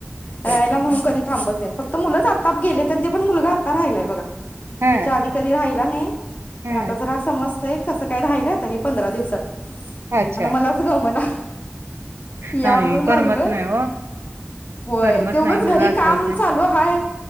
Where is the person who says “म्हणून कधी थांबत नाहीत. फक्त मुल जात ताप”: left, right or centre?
Left